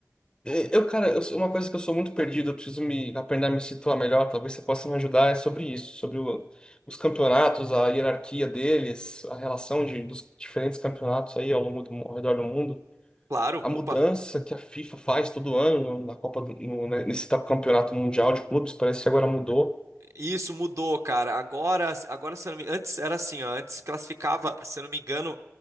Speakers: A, on the left (about 15°); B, on the right (about 65°).
A: Eu, eu, cara, eu, sou- uma coisa que eu sou muito perdido, eu preciso me aprender a me situar melhor, talvez você possa me ajudar, é sobre isso, sobre o- os campeonatos, a hierarquia deles, a relação de, dos diferentes campeonatos aí ao longo do, ao redor do mundo,
B: Claro,
A: a
B: opa.
A: mudança que a FIFA faz todo ano na Copa do, no, né, nesse campeonato mundial de clubes, parece que agora mudou.
B: Isso mudou, cara. Agora, agora se eu não me... antes era assim, ó, antes classificava, se eu não me engano,